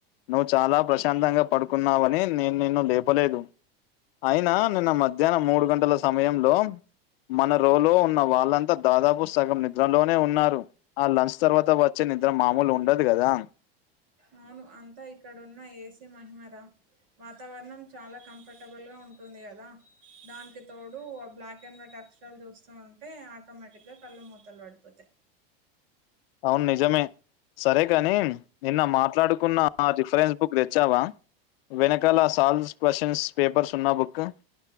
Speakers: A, on the left (about 75°); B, on the right (about 60°).
A: నువ్వు చాలా ప్రశాంతంగా పడుకున్నావని నేను నిన్ను లేపలేదు అయినా నిన్న మధ్యాహ్నం మూడు గంటల సమయంలో మన రోలో ఉన్న వాళ్ళంతా దాదాపు సగం నిద్రలోనే ఉన్నారు ఆ లంచ్ తర్వాత వచ్చే నిద్ర మామూలు ఉండదు కదా
B: అవును అంతా ఇక్కడున్న ఏసీ మహిమరా వాతావరణం చాలా కంఫర్టబుల్గా ఉంటుంది కదా దానికి తోడు ఆ బ్లాక్ అండ్ వైట్ అక్షరాలు చూస్తూ ఉంటే ఆటోమేటిక్ గా కళ్ళు మూతలు పడిపోతాయి
A: అవును నిజమే సరే కాని నిన్న మాట్లాడుకున్న ఆ రిఫరెన్స్ బుక్ తెచ్చావా వెనకాల సాల్వ్స్ క్వశ్చన్స్ పేపర్స్ ఉన్న బుక్